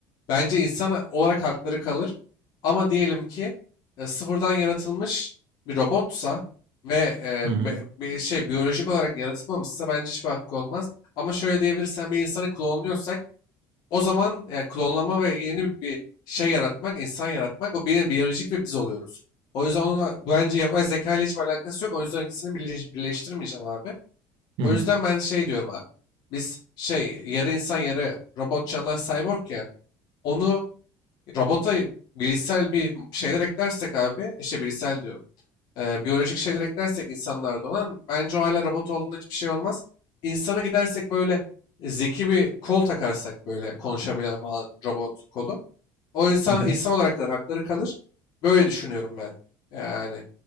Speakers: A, on the left; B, on the right.
A: bence insan olarak hakları kalır. Ama diyelim ki e, sıfırdan yaratılmış bir robotsa ve e,
B: Hı hı.
A: be- bir şey biyolojik olarak yaratılmamışsa bence hiçbir hakkı olmaz. Ama şöyle diyebilirsen bir insanı klonluyorsak o zaman yani klonlama ve yeni bir şey yaratmak, insan yaratmak o yine biyolojik ve biz oluyoruz. O yüzden onun bence yapay zeka ile hiçbir alakası yok. O yüzden ikisini birleş- birleştirmeyeceğim abi. O
B: Hı hı.
A: yüzden ben şey diyorum abi. Biz şey yarı insan yarı robot canlar cyborg ya. Onu robota bilişsel bir şeyler eklersek abi işte bilişsel diyorum e, biyolojik şeyler eklersek insanlarda olan bence o hala robot olduğunda hiçbir şey olmaz. İnsana gidersek böyle zeki bir kol takarsak böyle konuşabilen falan robot kolu. O insan
B: Hı hı.
A: insan olarak kalır, hakları kalır. Böyle düşünüyorum ben. Yani